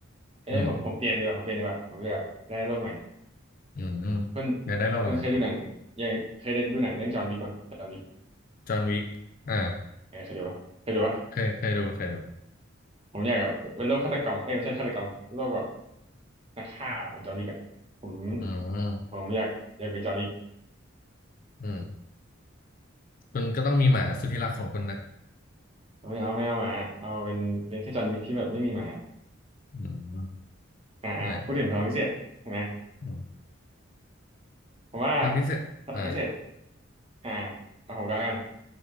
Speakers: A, on the right; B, on the left.
A: เอ้ยผมผมเปลี่ยนดีกว่าผมเปลี่ยนดีกว่าผมอยากได้โลกใหม่
B: อืมอืมอืมอยากได้โลกอะไร
A: คุณคุณเคยดูหนังยังเคยได้ดูหนังเรื่องจอห์นวิกป่ะจอห์นวิก
B: จอห์นวิกอ่า
A: เออเคยดูป่ะเคยดูป่ะ
B: เคยเคยดูเคยดู
A: ผมอยากแบบเป็นโลกฆาตกรรมเอ้ยไม่ใช่ฆาตกรรมโลกแบบนักฆ่าเหมือนจอห์นวิกอะผม
B: อืม
A: ผมอยากอยากเป็นจอห์นวิก
B: อืมคุณก็ต้องมีหมาสุดที่รักของคุณนะ
A: ไม่เอาไม่เอาหมาเอาเป็นเป็นแค่จอห์นวิกที่แบบไม่มีหมา
B: อืมน
A: อ่าอ่าพูดถึงพลังพิเศษใช่ไหม
B: ั่นแหละ อืม
A: ผมว่า
B: ความพิเศษอ่า
A: พลังพิเศษอ่าเอาผมก็แล้วกัน